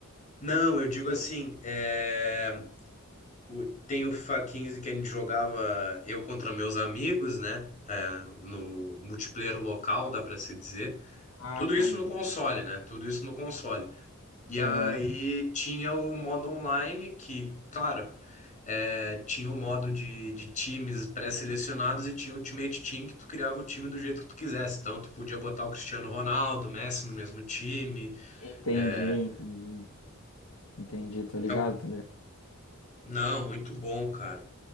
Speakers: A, on the left (about 35°); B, on the left (about 80°).
A: Não, eu digo assim, é, o- tem o FIFA 15 que a gente jogava eu contra meus amigos, né? É, no multiplayer local, dá pra se dizer.
B: Ah,
A: Tudo
B: tá,
A: isso
B: entendi.
A: no console, né? Tudo isso no console. E
B: Aham.
A: aí tinha o modo online, que, claro, é, tinha o modo de, de times pré-selecionados e tinha o Ultimate Team, que tu criava o time do jeito que tu quisesse. Então, tu podia botar o Cristiano Ronaldo, o Messi no mesmo time.
B: Entendi,
A: é.
B: entendi. Entendi, tô ligado,
A: Então,
B: tô ligado.
A: não, muito bom, cara.